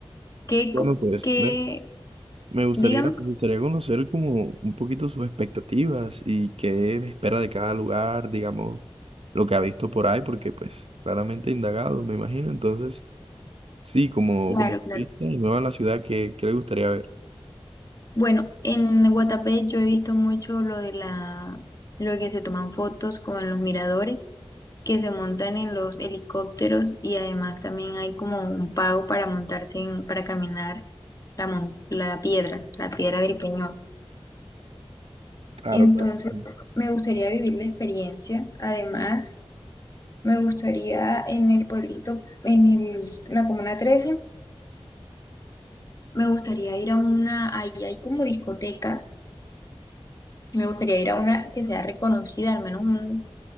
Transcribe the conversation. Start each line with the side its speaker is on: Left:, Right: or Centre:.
Left: qué,
Right: Bueno,
Left: cu-
Right: pues
Left: qué,
Right: ve, me gustaría,
Left: dígame.
Right: me gustaría conocer como un poquito sus expectativas y qué espera de cada lugar, digamos, lo que ha visto por ahí, porque pues claramente he indagado, me imagino. Entonces, sí, como,
Left: Claro,
Right: como turista
Left: claro.
Right: y nueva en la ciudad, ¿qué, qué le gustaría ver?
Left: Bueno, en Guatapé yo he visto mucho lo de la, lo de que se toman fotos con los miradores, que se montan en los helicópteros y además también hay como un pago para montarse en, para caminar la, mon- la piedra, la piedra del Peñón.
Right: Claro,
Left: Entonces,
Right: claro que sí.
Left: me gustaría vivir la experiencia. Además, me gustaría en el pueblito, en el- la Comuna 13, me gustaría ir a una, ahí hay como discotecas Me gustaría ir a una que sea reconocida, al menos un,